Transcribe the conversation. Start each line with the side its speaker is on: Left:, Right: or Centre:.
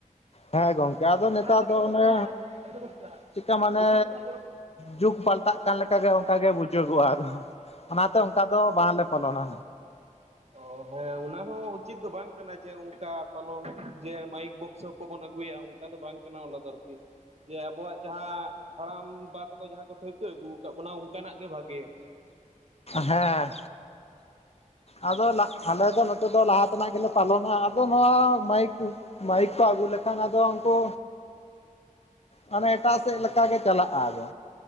Left: ᱦᱮᱸ ᱜᱚᱢᱠᱮ ᱟᱫᱚ ᱱᱮᱛᱟᱨ
Right: ᱚᱲᱟᱜ ᱨᱟᱹᱯᱩᱫ
Left: ᱫᱚ ᱚᱱᱮ
Right: ᱟᱠᱟᱱᱟ ᱟᱹᱰᱤ ᱠᱚᱥᱴᱚ
Left: ᱪᱮᱠᱟ ᱢᱟᱱᱮ
Right: ᱦᱩᱰᱩᱨ ᱫᱟᱜ ᱡᱚᱨᱚᱜ
Left: ᱡᱩᱜᱽ ᱯᱟᱞᱴᱟᱜ ᱠᱟᱱ ᱞᱮᱠᱟᱜᱮ ᱚᱱᱠᱟᱜ ᱜᱮ ᱵᱩᱡᱟᱹᱜᱚᱜᱼᱟ ᱟᱫᱚ᱾ ᱚᱱᱟᱛᱮ ᱚᱱᱠᱟ ᱫᱚ ᱵᱟᱝᱞᱮ ᱯᱚᱞᱚᱱᱟ᱾
Right: ᱚᱻ ᱦᱮᱸ ᱚᱱᱟ ᱦᱚᱸ ᱩᱪᱤᱛ ᱫᱚ ᱵᱟᱝ ᱠᱟᱱᱟ ᱡᱮ ᱚᱱᱠᱟ ᱯᱟᱞᱚᱱ ᱡᱮ ᱢᱟᱭᱤᱠ ᱵᱚᱠᱥᱚ ᱠᱚᱵᱚᱱ ᱟᱹᱜᱩᱭᱟ ᱚᱱᱠᱟ ᱫᱚ ᱵᱟᱝ ᱠᱟᱱᱟ ᱚᱱᱟ ᱫᱚ ᱟᱨᱠᱤ᱾ ᱡᱮ ᱟᱵᱚᱣᱟᱜ ᱡᱟᱦᱟᱸ ᱦᱟᱲᱟᱢ ᱵᱟ ᱛᱟᱠᱚ ᱡᱟᱦᱟᱸ ᱠᱚ ᱴᱷᱟᱹᱣᱠᱟᱹ ᱟᱹᱜᱩ ᱠᱟᱜ ᱵᱚᱱᱟ ᱚᱱᱠᱟᱱᱟᱜ ᱜᱮ ᱵᱷᱟᱜᱮᱭᱟ᱾
Left: ᱦᱮᱸ ᱟᱫᱚ ᱟᱞᱮ ᱫᱚ ᱱᱚᱛᱮ ᱫᱚ ᱞᱟᱦᱟ ᱛᱮᱱᱟᱜ ᱜᱮᱞᱮ, ᱯᱟᱞᱚᱱᱟ ᱟᱫᱚ ᱱᱚᱣᱟ ᱢᱟᱭᱤᱠ ᱢᱟᱭᱤᱠ ᱠᱚ ᱟᱹᱜᱩ ᱞᱮᱠᱷᱟᱱ ᱟᱫᱚ ᱩᱱᱠᱩ, ᱢᱟᱱᱮ ᱮᱴᱟᱜ ᱥᱮᱫ ᱞᱮᱠᱟᱜᱮ ᱪᱟᱞᱟᱜᱼᱟ ᱟᱫᱚ᱾